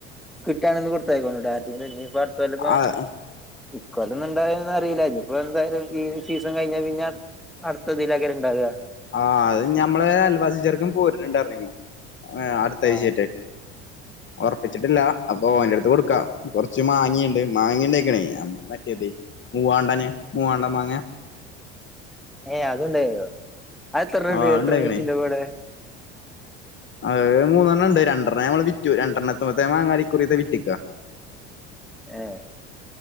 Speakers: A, in the centre; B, on the left.
A: കിട്ടാണന്ന് കൊടുത്തായിക്കോണ്ട ആരെര്ത്തേലും ഇന്നിപ്പോ അടുത്തല്ലപ്പോ
B: ആഹ്
A: ഇക്കൊല്ലൊന്നും ണ്ടായന്ന്റീല ഇഞിപ്പോ എന്തായാലും ഈ സീസം കഴിഞ്ഞാ പിന്നെ അടുത്തതിലാക്കാരം ഇണ്ടാക
B: ആഹ് അത് ഞമ്മളെ അൽവാസി ചെർക്കൻ പോര്ണ്ണ്ട്റഞ്ഞീന്നു ഏഹ് അടുത്താഴ്ചേറ്റെ.
A: ആഹ്
B: ഒറപ്പിച്ചിട്ടില്ല. അപ്പൊ ഓന്റെടുത്ത് കൊടുക്കാ. കൊറച്ച് മാങ്ങിണ്ട് മാങ്ങിണ്ടേയ്ക്ക്ണേ അമറ്റേതയ്. മൂവാണ്ടന് മൂവാണ്ടംമാങ്ങ
A: ഏയ് അതുണ്ടായ്ന്നോ അതെത്രണ്ണണ്ട്
B: ആ
A: എത്ര
B: ഉണ്ടായിക്കണേ
A: മൂച്ചിണ്ടും അവടെ.
B: അഹ് മൂന്നെണ്ണണ്ട് രട്രണ്ണം നമ്മള് വിറ്റു രണ്ടെണ്ണത്ത്മ്മത്തെ മാങ്ങ ഇക്കുറിത്തെ വിറ്റ്ക്കാ.
A: <unintelligible>